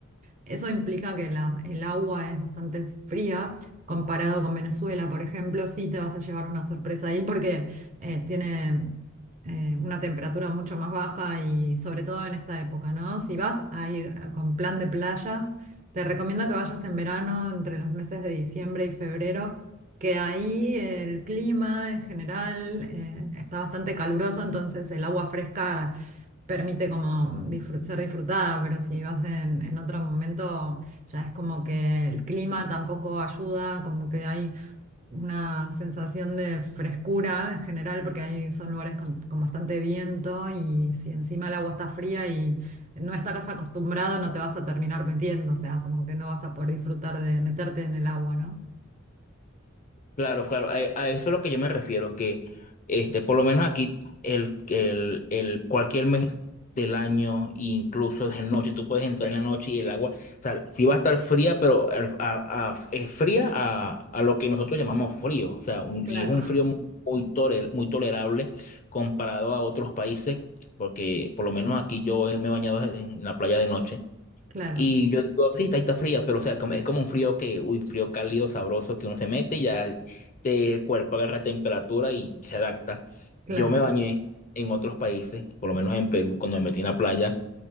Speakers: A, on the right; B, on the left.
A: eso implica que la- el agua es bastante fría comparado con Venezuela, por ejemplo. Sí te vas a llevar una sorpresa ahí porque eh, tiene eh, una temperatura mucho más baja y sobre todo en esta época, ¿no? Si vas a ir con plan de playas, te recomiendo que vayas en verano entre los meses de diciembre y febrero, que ahí el clima en general eh, está bastante caluroso, entonces el agua fresca permite como disfrut- ser disfrutada, pero si vas en, en otro momento, ya es como que el clima tampoco ayuda, como que hay una sensación de frescura en general, porque ahí son lugares con, con bastante viento y si encima el agua está fría y no estás acostumbrado, no te vas a terminar metiendo, o sea, como que no vas a poder disfrutar de meterte en el agua, ¿no?
B: Claro, claro, a, a eso es lo que yo me refiero, que este, por lo menos aquí el, el, el cualquier mes del año, incluso de noche, tú puedes entrar en la noche y el agua, o sea, sí va a estar fría, pero al- a- a- es fría a, a lo que nosotros llamamos frío, o sea, un-
A: Claro.
B: y es un frío muy, muy, tore- muy tolerable comparado a otros países, porque por lo menos aquí yo he- me he bañado en la playa de noche.
A: Claro,
B: Y yo digo, sí, está, está fría, pero o sea, como- es como un frío que, uy, frío cálido, sabroso, que uno se mete y ya te, el cuerpo agarra temperatura y se adapta.
A: claro.
B: Yo me bañé en otros países, por lo menos en Perú, cuando me metí en la playa,